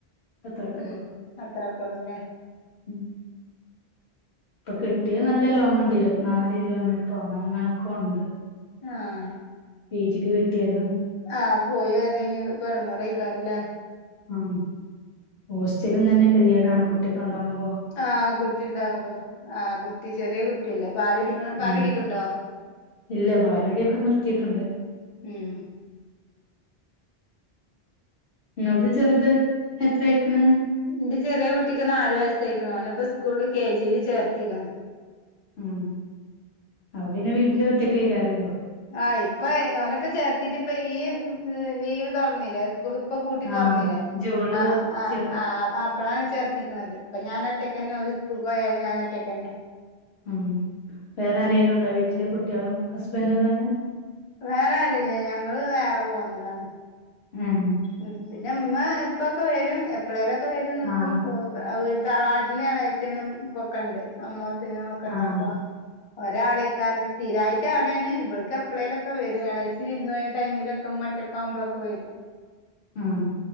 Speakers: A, on the left; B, on the left.
A: അത്രൊക്കെ
B: ഉം
A: ഒള്ളൂ
B: അത്രക്കെള്ളല്ലേ
A: ഉം ഇപ്പൊ കിട്ടിയത് നല്ല ലോങ്ണ്ട് ഇരത്നാല് കിലോമീറ്റർങ്ങ അങ്ങനെയൊ‌ക്കോണ്ട്
B: ആഹ
A: പി ജിക്ക് കിട്ടിയതോ?
B: ആഹ പോയി വരണെങ്കി പ്പെടങ്ങേറായിക്കാരല്ലേ?
A: ആ ഹോസ്റ്റലും തന്നെ കെതിടാണ് കുട്ടിയക്കെണ്ടകുമ്പ
B: ആഹ കുട്ടി ഉണ്ടാവുമ്പോ ആഹ് കുട്ടി ചെറിയ കുട്ടിയല്ലേ പാല് കുടിക്കണ പാല്
A: ഉം
B: കുടിക്ക്ണ്ടോ
A: ഇല്ല പാലുടിയൊക്കെ നിർത്തിയിട്ടുണ്ട്
B: ഉം
A: അത് ചെറുത് എത്രയായ്ക്ക്ണ്?
B: ന്റെ ചെറിയ കുട്ടിക്ക് നാല് വയസ്സായിക് അവനെപ്പ സ്കൂളില് കെ ജി ല്ചേർത്തിക്കണ്
A: ഉം അവന്നെ വീട്ടില് ഒറ്റയ്ക്കാരല്ലോ
B: ആഹ ഇപ്പൊ ഓന ഇപ്പ ചേർത്തിട്ട ഇപ്പ ഈ ലീവ് തുറന്നില്ലേ സ്കൂൾ ഇപ്പൊ പൂട്ടി തുറന്നില്ലേ
A: ആഹ് ജൂണില്
B: ആ
A: തൊ
B: ആ
A: ചേർ
B: ആ അപ്പഴാണ് ചേർത്തിക്കണത് അപ്പൊ ഞാനൊറ്റേക്കന്നെ ഒരു സ്കൂ പോയാലും ഞാന ഒറ്റേക്ക്ന്നെ
A: ഉം വേറെ ആരെലുംണ്ടോ വീട്ടിലെ കുട്ടികളും ഹസ്ബൻഡല്ലാതെ
B: വേറെ ആരുല്ല ഞങ്ങള് വേറെ പോന്നതാണ്
A: ഉം
B: ഉ പിന്നെ ഉമ്മ ഇപ്പക്കെ വരും എപ്പളേലൊക്കെ വരും നിക്കും
A: ആഹ്
B: തറവാട്ടിൽ എളേഛനും കൊക്ക ഇണ്ട് അമ്മോസനും ഒക്കെണ്ട്
A: ആഹ്
B: അപ്പൊ ഒരാഅടയ്ക്കാരും സ്ഥിരായിട്ടാടാണ് ഇവിടെക്ക് എപ്പളേങ്കിലൊക്കെ വരും ഇളേച്ചി വിരുന്നപോയ ടൈമിലൊക്കെ മ റ്റക്കാമ്പോളൊക്കെ വെരും
A: ആഹ്